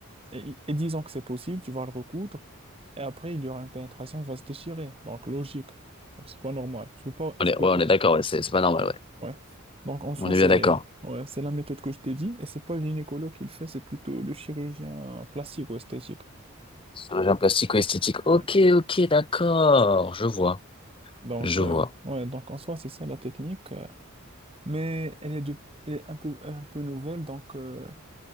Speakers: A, on the right (about 25°); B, on the left (about 25°).
A: Et, et disons que c'est possible, tu vas le recoudre, et après, il y aura une pénétration, il va se déchirer. Donc, logique. Donc, c'est pas normal. Tu peux pas,
B: On
A: tu
B: est,
A: peux
B: ouais, on
A: pas.
B: est d'accord, ouais, c'est c'est pas normal, ouais.
A: Ouais. Donc, en soi,
B: On est
A: c'est,
B: bien d'accord.
A: ouais, c'est la méthode que je t'ai dit, et c'est pas le gynécologue qui le fait, c'est plutôt le chirurgien plastique ou esthétique.
B: Chirurgien plastique ou esthétique.
A: Ouais.
B: Ok, ok, d'accord. Je vois,
A: Donc,
B: je
A: euh,
B: vois.
A: ouais, donc en soi, c'est ça la technique. euh, mais elle est, de, elle est un peu, un peu nouvelle, donc euh,